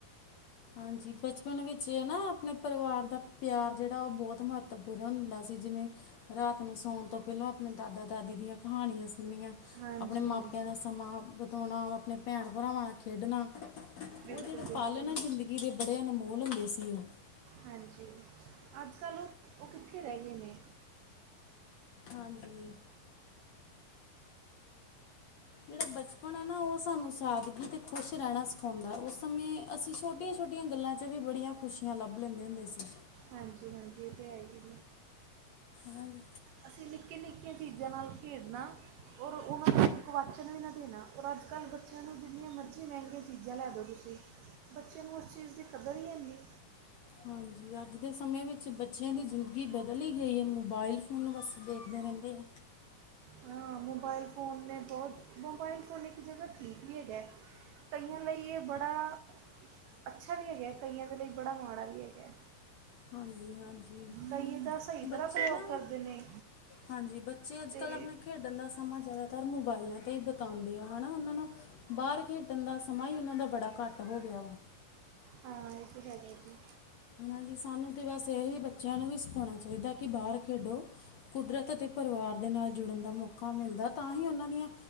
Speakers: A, on the left (about 60°); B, on the right (about 75°).
A: ਹਾਂਜੀ, ਬਚਪਨ ਵਿੱਚ ਨਾ ਆਪਣੇ ਪਰਿਵਾਰ ਦਾ ਪਿਆਰ। ਜਿਹੜਾ ਉਹ ਬਹੁਤ ਮਹੱਤਵਪੂਰਨ ਹੁੰਦਾ ਸੀ ਜਿਵੇਂ। ਰਾਤ ਨੂੰ ਸੌਣ ਤੋਂ ਪਹਿਲਾਂ, ਆਪਣੇ ਦਾਦਾ ਦਾਦੀ ਦੀਆਂ ਕਹਾਣੀਆਂ ਸੁਣਨੀਆਂ।
B: ਹਾਂਜੀ
A: ਆਪਣੇ ਮਾਪਿਆਂ
B: ਹਾਂਜੀ
A: ਨਾਲ ਸਮਾਂ ਬਿਤਾਉਣਾ, ਆਪਣੇ ਭੈਣ ਭਰਾਵਾਂ ਨਾਲ ਖੇਡਣਾ। ਉਹ
B: ਬਿਲਕੁਲ
A: ਜਿਹੜੇ
B: ਬਿਲਕੁਲ
A: ਪਾਲ ਆ ਜ਼ਿੰਦਗੀ ਦੇ ਬੜੇ ਅਨਮੋਲ ਹੁੰਦੇ ਸੀ ਉਹ।
B: ਹਾਂਜੀ, ਅੱਜ ਕੱਲ੍ਹ ਉਹ ਕਿੱਥੇ ਰਹਿ ਗਏ ਨੇ
A: ਹਾਂਜੀ। ਜਿਹੜਾ ਬਚਪਨ ਹੈ ਨਾ, ਉਹ ਸਾਨੂੰ ਸਾਦਗੀ ਅਤੇ ਖੁਸ਼ ਰਹਿਣਾ ਸਿਖਾਉਂਦਾ ਉਸ ਸਮੇਂ ਅਸੀਂ ਛੋਟੀਆਂ ਛੋਟੀਆਂ ਗੱਲਾਂ 'ਚ ਵੀ ਬੜੀਆਂ ਖੁਸ਼ੀਆਂ ਲੱਭ ਲੈਂਦੇ ਹੁੰਦੇ ਸੀ।
B: ਹਾਂਜੀ ਹਾਂਜੀ ਇਹ ਤਾਂ ਹੈ ਜੀ।
A: ਹਾਂਜੀ।
B: ਅਸੀਂ ਨਿੱਕੇੀਆਂ ਨਿੱਕੀਆਂ ਚੀਜ਼ਾਂ ਨਾਲ ਖੇਡਣਾ। ਔਰ ਉਹਨਾਂ ਨੂੰ ਕੁਵਾਚ ਬੱਚ ਨੂੰ ਨਾ ਦੇਣਾ। ਔਰ, ਅੱਜ ਕੱਲ੍ਹ ਬੱਚਿਆਂ ਨੂੰ ਜਿੰਨੀਆਂ ਮਰਜ਼ੀ ਮਹਿੰਗੀਆਂ ਚੀਜ਼ਾਂ ਲੈ ਦਿਉ ਤੁਸੀਂ ਬੱਚੇਆਂ ਨੂੰ ਉਸ ਚੀਜ਼ ਦੀ ਕਦਰ ਹੀ ਹੈਨੀ।
A: ਹਾਂਜੀ, ਅੱਜ ਦੇ ਸਮੇਂ ਵਿੱਚ ਬੱਚਿਆਂ ਦੀ ਜ਼ਿੰਦਗੀ ਬਦਲ ਹੀ ਗਈ ਹੈ। ਮੋਬਾਇਲ ਫੋਨ ਬਸ ਦੇਖਦੇ ਰਹਿੰਦੇ ਆ।
B: ਹਾਂ, ਮੋਬਾਈਲ ਫੋਨ ਨੇ ਬਹੁਤ, ਮੋਬਾਈਲ ਫ਼ੋਨ ਇੱਕ ਜਗਾ ਠੀਕ ਵੀ ਹੈਗਾ ਹੈ। ਕਈਆਂ ਲਈ ਇਹ ਬੜਾ ਅੱਛਾ ਵੀ ਹੈਗਾ। ਕਾਇਈਆਂ ਦੇ ਲਈ ਬੜਾ ਮਾੜਾ ਵੀ ਹੈਗਾ।
A: ਹਾਂਜੀ ਹਾਂਜੀ।
B: ਕਈ ਇਹਦਾ ਸਹੀ ਤਰ੍ਹਾਂ
A: ਬੱਚੇ
B: ਪ੍ਰਯੋਗ
A: ਨਾ
B: ਕਰਦੇ ਨੇ
A: ਹਾਂਜੀ, ਬੱਚੇ ਅੱਜ
B: ਤੇ
A: ਕੱਲ ਆਪਣਾ ਖੇਡਣ ਦਾ ਸਮਾਂ ਜ਼ਿਆਦਾਤਰ ਮੋਬਾਇਲਾਂ ਤੇ ਹੀ। ਉਂਦੇ ਆ ਹਨਾ ਉਹਨਾਂ ਨੂੰ ਬਾਹਰ ਖੇਡਣ ਦਾ ਸਮਾਂ ਹੀ, ਉਹਨਾਂ ਦਾ ਬੜਾ ਘੱਟ ਹੋ ਗਿਆ ਵਾ।
B: ਹਾਂ ਇਹ ਤੇ ਹੈਗਾ ਹੈ ਜੀ।
A: ਹਾਜੀ, ਸਾਨੂੰ ਤਾਂ ਬਸ ਇਹੀ ਬੱਚਿਆਂ ਨੂੰ ਵੀ ਸਿਖਾਉਣਾ ਚਾਹੀਦਾ ਕਿ ਬਾਹਰ ਖੇਡੋ। ਕੁਦਰਤ ਅਤੇ ਪਰਿਵਾਰ ਦੇ ਨਾਲ ਜੁੜਨ ਦਾ ਮੌਕਾ ਔਖਾ ਮਿਲਦਾ ਹੈ। ਤਾਂ ਹੀ ਉਹਨਾਂ ਦੀਆਂ